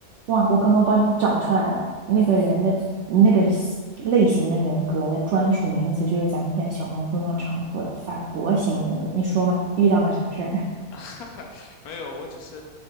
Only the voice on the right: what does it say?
哇，我刚刚帮你找出来了，那个人的那个西类型的人格的专属名词，就是咱们现在小红书上常说的反驳型人格。你说吧，遇到了啥事儿，